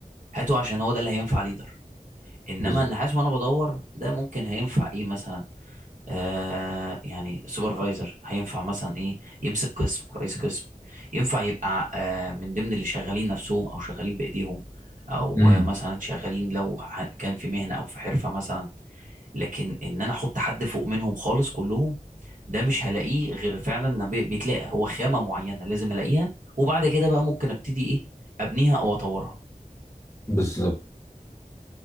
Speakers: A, on the right; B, on the left.
A: هاته عشان هو ده اللي هينفع ليدر إنما
B: بالظبط
A: النحاس وأنا بدور ده ممكن هينفع إيه مثلا؟ آه يعني سوبرفايزر هينفع مثلا إيه؟ يمسك قسم رئيس قسم ينفع يبقى آه من ضمن اللي شغالين نفسهم أو شغالين بإيديهم أو
B: مم.
A: آه، مثلا شغالين لو ح- كان في مهنة أو في حرفة مثلا لكن ان انا احط حد فوق منهم خالص كلهم ده مش هلاقيه غير فعلا إن بي- بيتلاقى هو خامة معينة لازم الاقيها وبعد كده بقى ممكن ابتدي ايه ابنيها او اطورها
B: بالظبط